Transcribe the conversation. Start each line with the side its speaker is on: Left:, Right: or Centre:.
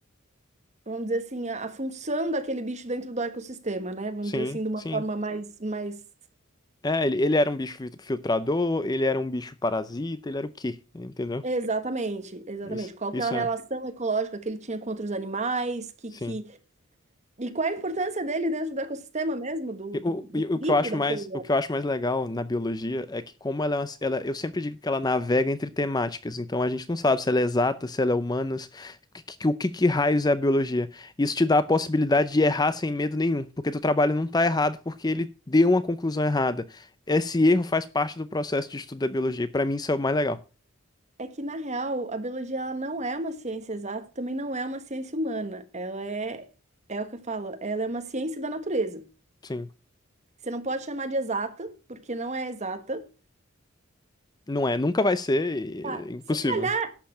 Right: vamos dizer assim, a, a função daquele bicho dentro do ecossistema, né? Vamos
Left: Sim,
Right: dizer assim, de uma
Left: sim.
Right: forma mais, mais...
Left: É, ele, ele era um bicho fil- filtrador, ele era um bicho parasita, ele era o quê? Entendeu?
Right: Exatamente, exatamente.
Left: Isso,
Right: Qual
Left: isso
Right: que é a relação
Left: é,
Right: ecológica que ele tinha com outros animais, que,
Left: sim.
Right: que... E qual é a importância dele dentro do ecossistema mesmo, do,
Left: E
Right: do,
Left: O,
Right: do
Left: e
Right: equilíbrio
Left: o que eu acho
Right: da
Left: mais,
Right: coisa.
Left: o que eu acho mais legal na biologia é que como ela, é uma- ela, eu sempre digo que ela navega entre temáticas, então a gente não sabe se ela é exata, se ela é humanas, que- que- o que, que raios é a biologia. Isso te dá a possibilidade de errar sem medo nenhum, porque teu trabalho não tá errado porque ele deu uma conclusão errada. Esse erro faz parte do processo de estudo da biologia, e para mim isso é o mais legal.
Right: É que, na real, a biologia ela não é uma ciência exata, também não é uma ciência humana. Ela é, é o que eu falo, ela é uma ciência da natureza.
Left: Sim,
Right: Você não pode chamar de exata, porque não é exata.
Left: não é, nunca vai ser,
Right: Ah,
Left: e é impossível.
Right: se calhar